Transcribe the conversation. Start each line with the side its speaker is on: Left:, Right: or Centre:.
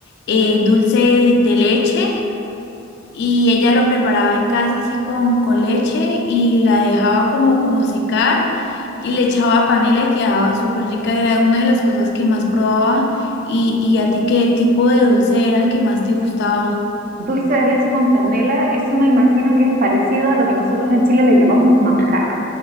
Left: eh, dulce de leche y ella lo preparaba en casa así con, con leche y la dejaba como, como secar y le echaba panela y quedaba súper rica. Era una de las cosas que más probaba. ¿Y, y a ti qué tipo de dulce era el que más te gustaba?
Right: Dulce de leche con panela, eso me imagino que es parecido a lo que nosotros en Chile le llamamos manjar.